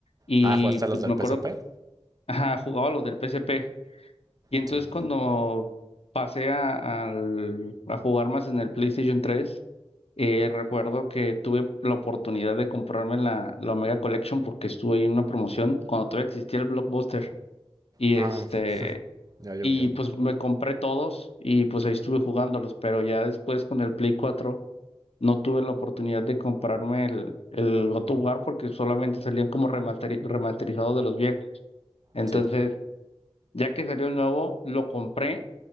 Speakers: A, on the left; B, on the right.
A: y
B: Ah, ¿jugaste
A: pues
B: los del
A: me acuerdo,
B: PSP?
A: ajá, jugaba los del P S P Y entonces
B: Sí.
A: cuando pasé a, al- a jugar más en el PlayStation tres Eh, recuerdo que tuve la oportunidad de comprarme la, la Omega Collection porque estuve ahí en una promoción cuando todavía existía el Blockbuster. Y este,
B: Ah, ya llovió.
A: y pues me compré todos y pues ahí estuve jugándolos, pero ya después con el Play 4 no tuve la oportunidad de comprarme el, el God of War porque solamente salían como remasteri- remasterizados de los viejos. Entonces,
B: Sí.
A: ya que salió el nuevo, lo compré